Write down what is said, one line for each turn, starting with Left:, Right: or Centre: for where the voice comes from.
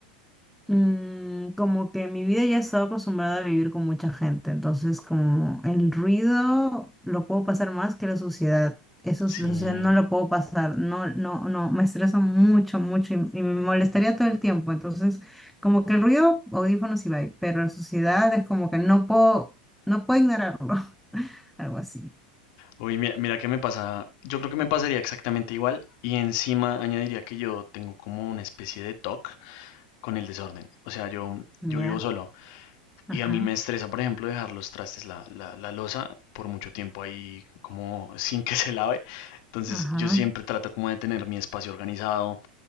Centre: Mm, como que en mi vida ya he estado acostumbrada a vivir con mucha gente, entonces como el ruido lo puedo pasar más que la suciedad. Eso,
Left: sí.
Centre: es- la suciedad no lo puedo pasar, no, no, no, me estresa mucho, mucho y, y me molestaría todo el tiempo. Entonces, como que el ruido, audífonos y bye, pero la suciedad es como que no puedo, no puedo ignorarlo, <laughs> algo así.
Left: Uy, mira, mira qué me pasa. Yo creo que me pasaría exactamente igual y encima añadiría que yo tengo como una especie de toque con el desorden. O sea, yo,
Centre: Ya,
Left: yo vivo solo y
Centre: ajá,
Left: a mí me estresa, por ejemplo, dejar los trastes, la, la, la loza por mucho tiempo ahí como <laughs> sin que se lave. Entonces
Centre: ajá.
Left: yo siempre trato como de tener mi espacio organizado,